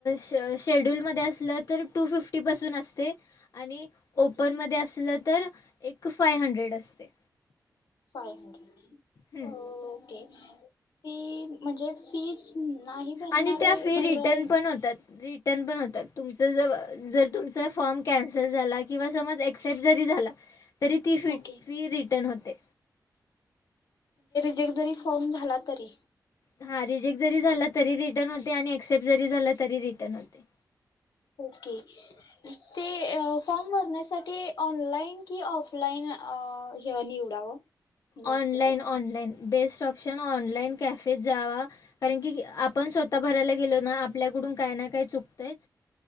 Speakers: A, on the left; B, on the left.
A: शे शेड्यूल मधे असलं तर टू फिफ्टी पासून असते. आणि
B: ओके
A: ओपन मध्ये असलं तर एक फाय हंड्रेड असते.
B: फाय हंड्रेड
A: हम्म.
B: ओके <inaudible> फी म्हणजे फीज नाही भरणारे
A: आणि त्या फी रिटर्न
B: भरायस
A: पण होतात रिटर्न पण होतात तुमचं ज जर तुमचा फॉर्म कॅन्सल झाला किंवा समज एक्स्पेक्ट जरी झाला तरी ती फी
B: ओके
A: फी रिटर्न होते.
B: एक जरी फॉर्म झाला तरी
A: हा रिजेक जरी झाला तरी रिटर्न होते आणि एक्सेप्ट जरी झाला तरी रिटर्न होते.
B: ओके ते फॉर्म भरण्यासाठी ऑनलाईन कि ऑफलाईन हे निवडावं? जास्त
A: ऑनलाईन
B: कर
A: ऑनलाईन बेस्ट ऑप्शन ऑनलाइन कॅफेत जावा कारण की आपण स्वतः भरायला गेलो ना आप आपल्याकडून काय ना काय चुकतयच